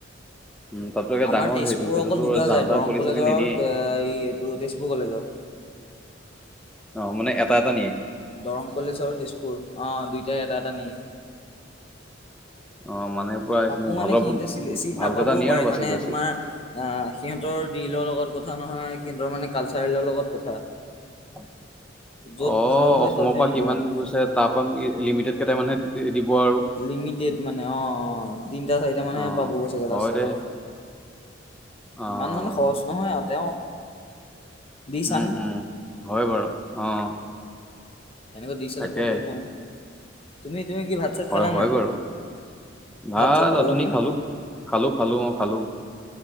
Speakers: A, in the centre; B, on the left.
A: উম তাতো একে
B: আমাৰ
A: ডাঙৰ
B: তেজপুৰৰ
A: হেৰিটো, সেইটোতো
B: অকল দুটা
A: যাহ
B: যায়
A: তাহ
B: দৰং
A: পোৱালি
B: কলেজৰ
A: চাগে নিনিয়েই?
B: আৰু তে- এই এইটো তেজপুৰ কলেজৰ
A: অ', মানে এটা-এটা নিয়ে?
B: দৰং কলেজ আৰু তেজপুৰ। অ', দুইটাই এটা-এটা নিয়ে।
A: অ', মানে পুৰা এইখিনি
B: তাকো মানে
A: ভালৰ
B: সিহতে চি চিট
A: ভাল
B: নাপাবও
A: কেইটা নিয়ে
B: পাৰে,
A: আৰু বাচি
B: মানে
A: বাচি
B: তোমাৰ আহ সিহঁতৰ দৰিলৰ লগত কথা নহয় সিহঁতৰ মানে কালচাৰেলৰ লগত কথা।
A: অ',
B: য'ত
A: অসমৰ
B: ভাল হয় ততহে
A: পৰা
B: নিব
A: কিমান
B: মানে
A: গৈছে তাৰপামকি লিমিটেড কেইটামানহে দিব আৰু?
B: লিমিটেড মানে অ', অ', তিনিটা চাৰিটা মানহে
A: অ',
B: পাবগৈ চাগে
A: হয়
B: লাষ্টৰ
A: দে
B: আৰু।
A: অ',
B: ইমান মানে সহজ নহয় আৰু <unintelligible> দি চাম
A: উম-উম, হয় বাৰু অ'।
B: তেনেকৈ দি চালে
A: তাকে
B: ক'বও পাৰোঁ। তুমি-তুমি কি ভাত চাত
A: হয়-হয়
B: খালা নাই
A: বাৰু। ভাত
B: চাত খালা
A: অথনী
B: নাই
A: খালোঁ, খালোঁ-খালোঁ অ', খালোঁ।